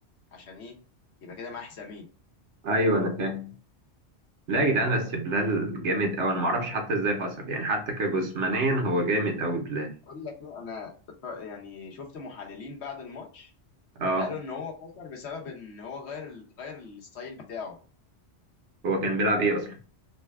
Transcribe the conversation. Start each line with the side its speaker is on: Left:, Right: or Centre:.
Left: عشان ايه يبقى كده مع حسامين
Right: ايوه انا فاهم لا يا جدعان بس بلال جامد قوي انا ما اعرفش حتى ازاي خسر يعني حتى كجسمانيا هو جامد قوي بلال
Left: اقول لك ايه انا اتف- يعني شفت محللين بعد الماتش
Right: اه
Left: قالوا ان هو خسر بسبب ان هو غير ال- غير الستايل بتاعه
Right: هو كان بيلعب ايه اصلا